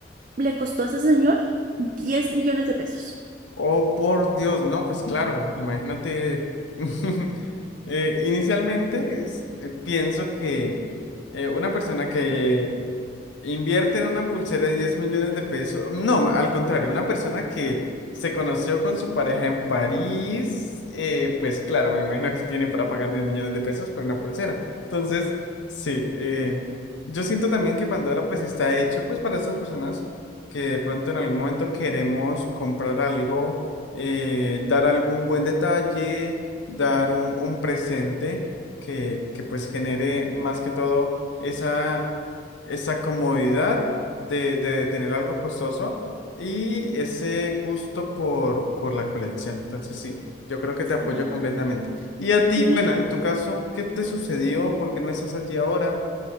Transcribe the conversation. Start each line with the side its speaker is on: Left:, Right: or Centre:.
Right: le costó a ese señor 10 millones de pesos.
Left: Oh, por Dios, no, pues claro, imagínate. <laughs> eh, inicialmente es- eh, pienso que eh, una persona que Invierte en una pulsera de 10 millones de pesos. No, al contrario, una persona que se conoció con su pareja en París, eh, pues claro, me imagino que tiene para pagar 10 millones de pesos por una pulsera. Entonces, sí, eh, yo siento también que Pandora pues está hecho pues para estas personas que de pronto en algún momento queremos comprar algo, eh, dar algún buen detalle, dar un, un presente que, que pues genere más que todo esa esa comodidad de, de tener algo costoso y ese gusto por, por la colección. Entonces, sí, yo creo que
Right: Sí.
Left: te apoyo completamente. Y a ti,
Right: Y
Left: bueno, en tu caso, ¿qué te sucedió? ¿Por qué no estás allí ahora?